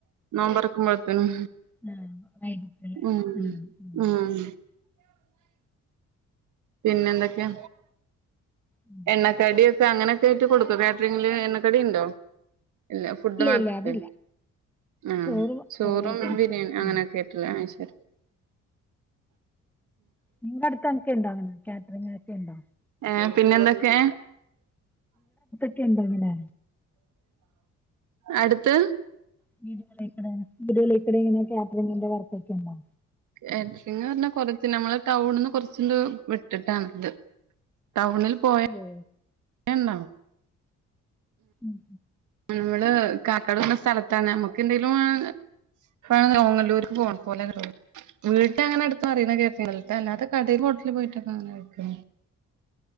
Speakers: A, on the right; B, in the centre.
A: നോമ്പൊറ്ക്കുമ്പോത്തിനും
B: <unintelligible>
A: ഉം
B: ആഹ് ആഹ്
A: ഉം. പിന്നെന്തെക്കെ?
B: ഉം
A: എണ്ണക്കടി ഒക്കെ അങ്ങനെയൊക്കെ ആയിട്ട് കൊടുക്കോ കാറ്ററിങ്ങില് എണ്ണക്കടി ണ്ടോ ഇല്ല ഫുഡ് മാത്ര
B: ഇല്ല അതില്ല
A: ആ
B: ചോറ്
A: ചോറും
B: ചോറ് ഐറ്റംസ്
A: ബിരിയാണി
B: ഉം
A: അങ്ങനെയൊക്കെ ആയിട്ടില്ലേ അഹ് ശരി
B: നിങ്ങളടുത്ത ന് ക്കെ ണ്ടോ അങ്ങനെ കാറ്ററിംഗ് കാരക്കെ ണ്ടോ
A: ഏ ഹ് പിന്നെന്തൊക്കെ
B: ക്കെ ഇണ്ടങ്ങനെ
A: അടുത്ത്
B: വീട്കളെക്ക്ണ് വീട്കളേക്ക്ട് ഇങ്ങനെ കാറ്ററിങ്ങിന്റെ വർക്കൊക്കെ ണ്ടോ.
A: കാറ്ററിംഗ് റ്ഞ്ഞാ കൊറച്ച് നമ്മള് ടൗണിന്ന് കൊറച്ച് ണ്ട്‌ വിട്ടിട്ടാണ് ത് ടൗണിൽ പോയ
B: ഓ
A: എന്നോ
B: ഉം
A: നമ്മള് കാക്കാട് റ്ഞ്ഞ സ്ഥലത്താണ് നമ്മുക്ക് എന്തെലും വാങ്ങ വാങ്ങാൻ ഓങ്ങല്ലൂര് ക്ക് പോണ പോലെ <unintelligible> വീട്ട് അങ്ങനെ അട് <unintelligible> അല്ലാതെ കടേയ്ലു ഹോട്ടല് ലു പോയിട്ടക്ക അങ്ങനെ കഴിക്കുന്നു